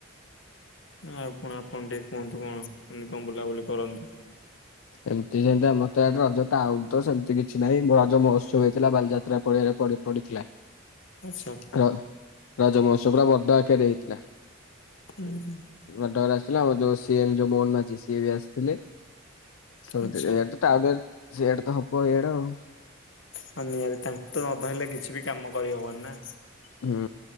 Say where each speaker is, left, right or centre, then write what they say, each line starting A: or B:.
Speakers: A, on the left (about 60°); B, on the left (about 80°).
A: ଆଉ କଣ ଆପଣ ଟିକେ କୁହନ୍ତୁ କଣ କେମିତି କଣ ବୁଲାବୁଲି କରନ୍ତି।
B: ଏମିତି ଯେମିତି ଆମ ତ ଏଆଡେ ରଜ ଆଉ ତ ସେମିତି କିଛି ନାହିଁ ମୋ ରଜ ମହୋତ୍ସବ ହେଇଥିଲା ବାଲିଯାତ୍ରା ପଡ଼ିଆରେ ପଡ଼ି ପଡ଼ିଥିଲା।
A: ଆଚ୍ଛା।
B: ହାଲୋ ରଜ ମହୋତ୍ସବ ପୁରା ବଡ଼ ଆକାରେ ହେଇଥିଲା।
A: ହୁଁ।
B: ଘଟଗାଁ ରୁ ଆସିଥିଲା ଆଉ ଯୋଉ ସିଏମ୍ ଯୋଉ ମୋହନ ମାଝି ସିଏ ବି ଆସିଥିଲେ। ସବୁଥି
A: ଆଚ୍ଛା
B: ଏଇଡ ତ ଟ ସେଆଡେ ତ ହପ ଏଇଆଡେ ଆଉ।
A: ହଁ ନିହାତି ତାଙ୍କୁ ତ ନ ଧହିଲଲେ କିଛି ବି କାମ କରିହବନି ନା।
B: ହୁଁ